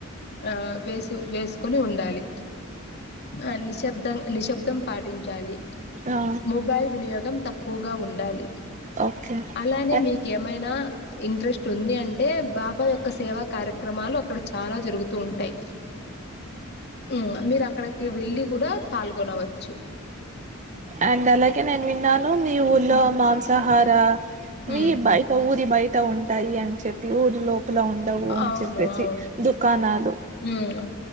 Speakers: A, on the left; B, on the right.
A: ఆ వేసి వేసుకొని ఉండాలి ఆ నిశ్శబ్దం నిశ్శబ్దం పాటించాలి
B: ఆ
A: మొబైల్ వినియోగం తక్కువగా ఉండాలి
B: ఓకే
A: అలానే
B: అండ్
A: మీకేమైనా ఇంట్రెస్ట్ ఉంది అంటే బాబ అబ్బా యొక్క సేవా కార్యక్రమాలు అక్కడ చాలా జరుగుతూ ఉంటాయి ఉమ్ మీరు అక్కడికి వెళ్ళి కూడా పాల్గొనవచ్చు
B: అండ్ అలాగే నేను విన్న ను నీ ఊళ్ళో
A: మ్మ్
B: మాంసాహార రా వి
A: మ్మ్
B: బయట ఊరి బయట ఉంటాయి అని చెప్పి ఊరిలో లోపల ఉండవు అని
A: అవును
B: చెప్పేసి
A: అవును
B: దుకాణాలు
A: మ్మ్